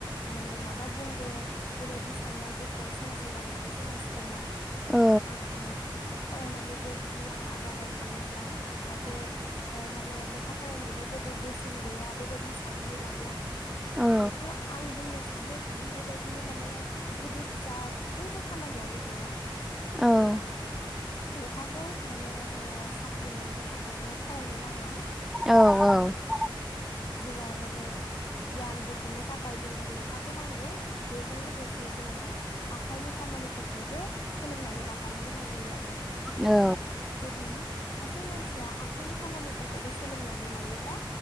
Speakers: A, on the left; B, in the centre.
A: माने माबा बुंगोन बेबायदि साननाय गोसोआव सोमजियो आरो खायसे मानसिफोरनाव आंखौ
B: औ
A: फरायनानै <unintelligible> आबादाव थाङोब्ला माथो ओ माने लेखा फरायनायनि जेबो बेसेन गैया बेबायदि साननानै लायो आरो
B: औ
A: बेखौ आं बुंनो स सानोखि बेबायदि माने गिदिर फिसा जेबो खामानियानो गैया जोंना
B: औ
A: लेखाखौ माने साख्रि मोननो थाखायल फरायनो नाङा
B: औ
A: जोंहा ओ‌ जिउआव माने गियान बुथुमनो थाखाय जोंनो लेखाखौ नांगौ बेजों लोगोसे जोङो आखाइनि खामानिफोरखौबो सोलोंनानै लाफानो गोनां जायो आरो
B: औ।
A: ओ जुदि सासे मानसिया आखाइनि खामानिफोरखौबो सोलोंनानै लायोबा